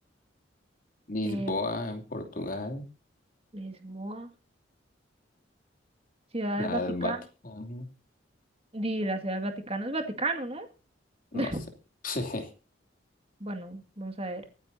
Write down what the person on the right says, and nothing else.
Eh,
Lisboa, Ciudad
del Vaticano.
Di, la Ciudad del Vaticano es Vaticano, ¿no?
<laughs>
Bueno, vamos a ver.